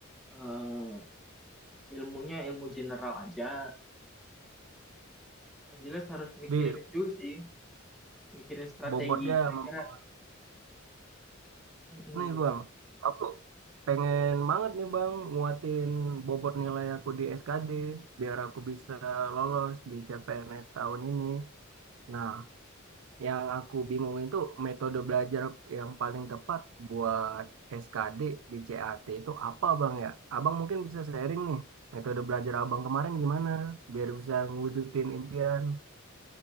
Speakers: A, in the centre; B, on the right (about 75°).
A: eh, ilmunya ilmu general aja. Yang jelas harus mikirin
B: Di
A: itu juga sih, mikirin strategi
B: bobotnya
A: kira-kira.
B: mempengaruhi.
A: Mm-mm.
B: Nih Bang, aku pengen banget nih Bang nguatin bobot nilai aku di SKD biar aku bisa lolos di CPNS tahun ini. Nah, Yang aku bingung itu metode belajar yang paling tepat buat SKD di CAT itu apa Bang ya? Abang mungkin bisa sharing nih metode belajar Abang kemarin gimana biar bisa ngewujudin impian.